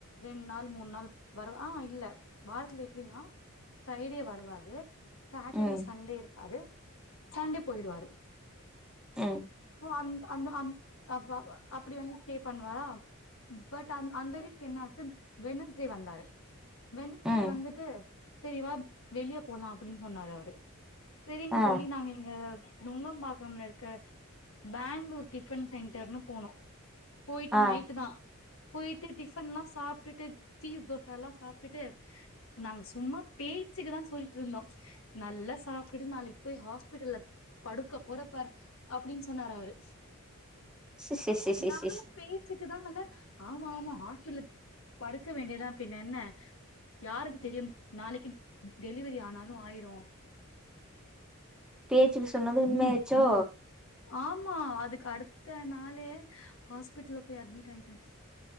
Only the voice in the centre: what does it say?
ம்
ம்
ம்
ஆ
ஆ
சி சி சி சி
சி சி
பேச்சிக்கு சொன்னது உண்மை ஆயிச்சோ